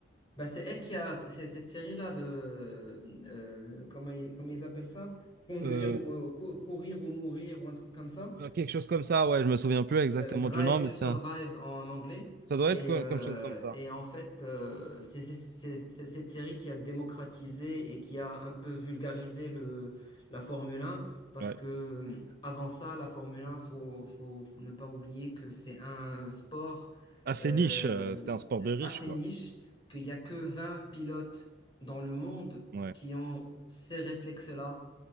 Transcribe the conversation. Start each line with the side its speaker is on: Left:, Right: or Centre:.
Left: Bah, c'est elle qui a c'est- c'est cette série-là de. euh, comment, ils- comment ils appellent ça? Conduire,
Right: Euh,
Left: ou, cou- courir ou mourir ou un truc comme ça.
Right: Euh, Quelque chose comme ça, ouais, je me souviens plus exactement
Left: euh, Drive
Right: du nom, mais
Left: to
Right: c'était
Left: Survive
Right: un-
Left: en anglais.
Right: ça doit
Left: Et,
Right: être co-
Left: euh,
Right: comme chose comme ça.
Left: et en fait, euh, c'est c'est- c'est- c'est cette série qui a démocratisé et qui a un peu vulgarisé le, la Formule 1. Parce
Right: Ouais.
Left: que euh, avant ça, la Formule 1, faut, faut ne pas oublier que c'est un sport
Right: Assez
Left: euh,
Right: niche, euh, c'était un sport de riche,
Left: assez
Right: quoi.
Left: niche, qu'il n'y a que 20 pilotes dans le monde
Right: Ouais.
Left: qui ont ces réflexes-là